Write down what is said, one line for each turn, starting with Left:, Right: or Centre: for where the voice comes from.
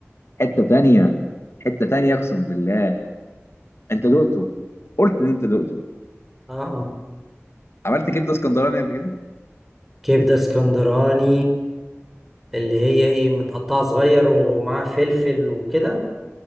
Left: حته تانية حته تانية اقسم بالله انت دقته قلت ان انت دقته
Centre: اه اه
Left: عملت كبده اسكندراني قبل كده
Centre: كبدة اسكندراني اللي هي ايه متقطعة صغير ومعاها فلفل وكده